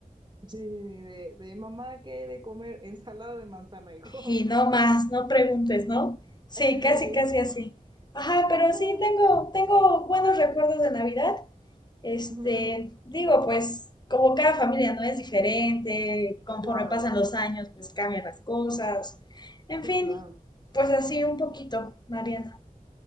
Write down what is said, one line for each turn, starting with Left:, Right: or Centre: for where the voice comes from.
Right: Sí, sí, sí, de, de mamá, ¿qué hay de comer? Ensalada de manzana, hijo.
Left: Y no más, no preguntes, ¿no? Sí,
Right: <laughs> Sí, sí,
Left: casi, casi
Right: sí.
Left: así. Ajá, pero
Right: <laughs>
Left: sí tengo, tengo buenos recuerdos de Navidad. Este,
Right: Ujú,
Left: digo, pues como cada familia no es diferente, conforme
Right: Claro,
Left: pasan los años, pues cambian las cosas. En
Right: sí,
Left: fin,
Right: claro.
Left: pues así un poquito, Mariana.